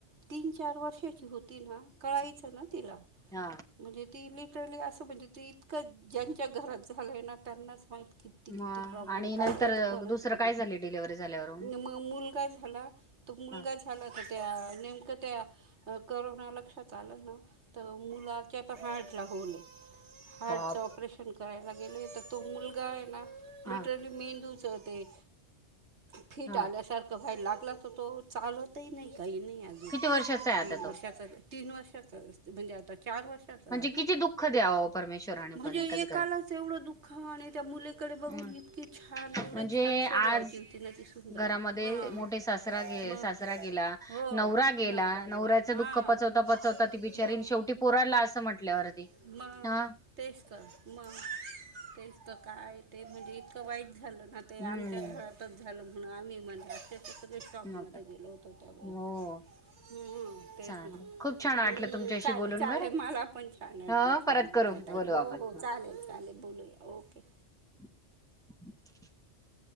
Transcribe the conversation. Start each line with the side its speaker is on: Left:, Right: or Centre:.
Right: तीन चार वर्षाची होती ना. कळायचं ना तिला
Centre: हा
Right: म्हणजे ती लिटरली असं म्हणजे ती इतकं ज्यांच्या घरात झालंय ना त्यांनाच माहित किती
Centre: मग
Right: किती प्रॉब्लेम
Centre: आणि
Right: काय
Centre: नंतर
Right: काही घर
Centre: दुसरं
Right: सुर
Centre: काय झाले डिलिव्हरी झाल्यावर
Right: मग मुलगा झाला तो मुलगा
Centre: हा
Right: झाला तर त्याेव्हा, नेणं त्या करोना लक्षात आलं ना तर मुलाच्या पण हार्ट ला होले हाय.
Centre: बाप
Right: हार्टच ऑपरेशन करायला गेले तर तो मुलगा आहे ना
Centre: हा
Right: लिटरली मेंदू च ते फिट
Centre: हा
Right: आल्यासारखं व्हाईला लागला तर तो चालतही नाही. काही नाही आजून,
Centre: किती वर्षाचा आहे
Right: तीन
Centre: आता तो
Right: वर्षाचा तीन वर्षाचा म्हणजे आता चार वर्ष चा झाला.
Centre: म्हणजे किती दुःख द्यावं परमेश्वराने
Right: म्हणजे
Centre: पण एकाच
Right: एकालाच
Centre: घरात
Right: एवढ दुःख आणि त्या मु तकडे बघून
Centre: हं,
Right: इतकी छान एवढी
Centre: म्हणजे
Right: छान स्वभावाची
Centre: आज
Right: होती ना तसून बाई
Centre: घरामध्ये
Right: हा.
Centre: मोठे सासरा गे
Right: मग
Centre: सासरा गेला
Right: हो
Centre: नवरा गेला
Right: नवरा आहे
Centre: नवऱ्याचं
Right: हां
Centre: दुःख पचवता पचवता ती बिचारीन
Right: मग.
Centre: शेवटी पोराला असं म्हटल्यावरती
Right: म
Centre: हा
Right: तेसकर म तेस. तर काय ते म्हणजे इतकं वाईट झालं ना ते
Centre: हम्म
Right: आमच्या घरातच झालं म्हणून आम्ही म्हणजे असे. सगळे स्टॉकमध्ये
Centre: मग काय
Right: द गेलो होतो त्या वेळेस.
Centre: हो
Right: हम्म तेच
Centre: चालेल
Right: ना
Centre: खूप छान वाटलं
Right: हम्म
Centre: तुमच्याशी
Right: चालेल
Centre: बोलून
Right: चालेल
Centre: बरं
Right: मला पण फोन आहे. म्हट
Centre: ह परत
Right: चालेलं
Centre: करू
Right: ताई
Centre: बोलू
Right: हो
Centre: आपण
Right: हो चालेल चालेल बोलूया ओके.
Centre: <unintelligible>